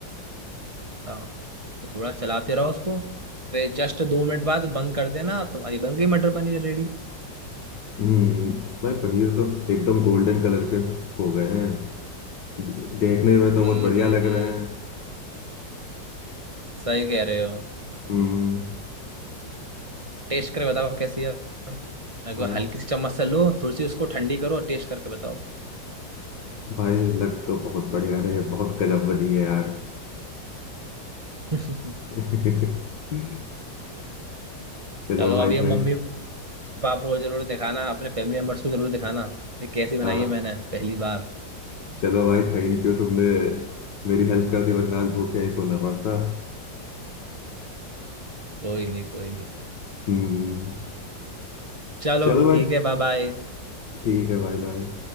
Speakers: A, on the right; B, on the left.
A: हाँ तो थोड़ा चलाते रहो उसको फिर जस्ट दो मिनट बाद बंद कर देना तुम्हारी बन गई मटर पनीर रेडी
B: हम्म भाई पनीर तो एकदम गोल्डन कलर के हो गए हैं दे- देखने में तो
A: हम्म
B: बहुत बढ़िया
A: हम्म
B: लग
A: हम्म
B: रहे हैं
A: सही कह रहे हो
B: हम्म
A: टेस्ट करके बताओ कैसी है एक
B: आ,
A: बार हल्की सी चम्मच से लो थोड़ी सी उसको ठंडी करो टेस्ट करके बताओ
B: भाई लग तो बहुत बढ़िया रही है बहुत गजब बनी है यार
A: <laughs> तो
B: <laughs> चलो
A: अगर
B: भाई
A: अभी हम
B: थे
A: मम्मी पापा को जरूर दिखाना अपने फैमिली मेम्बर्स को जरूर दिखाना ये कैसी बनाई
B: हाँ
A: है मैंने पहली बार
B: चलो भाई थैंक यू तुमने मेरी हेल्प कर दी वरना आज भूखे ही सोना पड़ता
A: कोई नहीं कोई नहीं
B: हम्म
A: चलो
B: चलो भाई
A: ठीक है बाय बाय
B: ठीक है भाई बाय